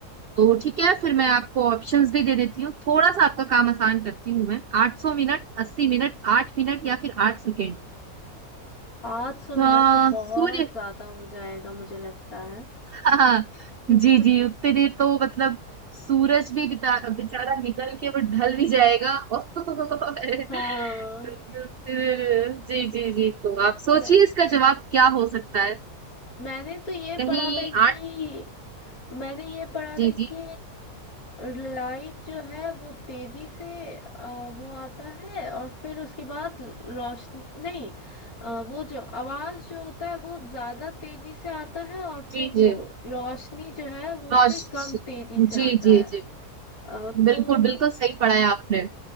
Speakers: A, on the right (about 55°); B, on the left (about 70°).
A: तो ठीक है फिर मैं आपको ऑप्शंस भी दे देती हूँ थोड़ा सा आपका काम आसान करती हूँ मैं आठ सौ मिनट अस्सी मिनट आठ मिनट या फिर आठ सेकेंड
B: 500
A: अ,
B: मिनट तो बहुत
A: सूर्य
B: ज्यादा हो जाएगा मुझे लगता है
A: हाँ
B: <laughs>
A: जी जी उतने देर तो मतलब सूरज भी बिता बेचारा निकल के वो ढल भी जाएगा <laughs> और क्योंकि
B: हाँ
A: उतने देर जी जी जी तो आप सोचिए
B: मैं-
A: इसका जवाब क्या हो सकता है
B: मैंने तो ये
A: कहीं
B: पढ़ा था कि
A: आठ
B: मैंने ये पढ़ा
A: जी
B: था
A: जी
B: कि लाइट जो है वो तेजी से अ, वो आता है और फिर उसके बाद रोशनी नहीं अ, वो जो आवाज जो होता है वो ज्यादा तेजी से आता है और
A: जी
B: फिर वो
A: जी
B: रोशनी जो है वो उससे
A: रोश
B: कम तेजी से
A: जी
B: आता
A: जी
B: है
A: जी
B: अ, तो
A: बिल्कुल
B: म-
A: बिल्कुल सही पढ़ा है आपने